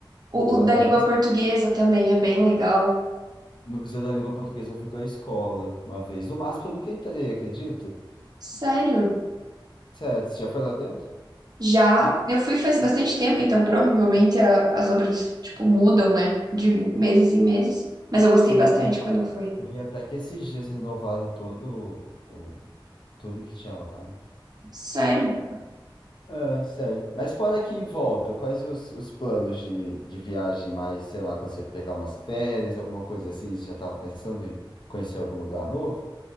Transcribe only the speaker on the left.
Eu
adoro.
Mas
no Museu da Língua Portuguesa eu fui com a escola uma vez. No MASP eu nunca entrei, acredita?
Sério, você já foi lá dentro?
Sim,
eu,
eu vi até que esses dias renovaram todo o, tudo que tinha lá, né?
É, sério. Mas fora aqui em volta, quais os, os planos de, de viagem mais, sei lá, quando você pegar umas férias, alguma coisa assim, você já tá pensando em conhecer algum lugar novo?